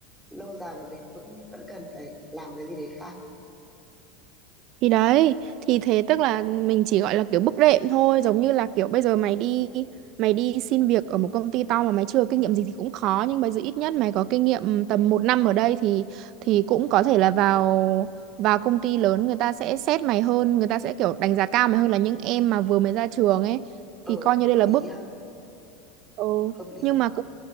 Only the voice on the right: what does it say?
Thì đấy, thì thế tức là mình chỉ gọi là kiểu bước đệm thôi, giống như là kiểu bây giờ mày đi mày đi xin việc ở một công ty to mà mày chưa kinh nghiệm gì thì cũng khó nhưng bây giờ ít nhất mày có kinh nghiệm tầm một năm ở đây thì thì cũng có thể là vào vào công ty lớn người ta sẽ xét mày hơn, người ta sẽ kiểu đánh giá cao mày hơn là những em mà vừa mới ra trường ấy.
Thì coi như
đây
là bước
ừ
nhưng mà cũng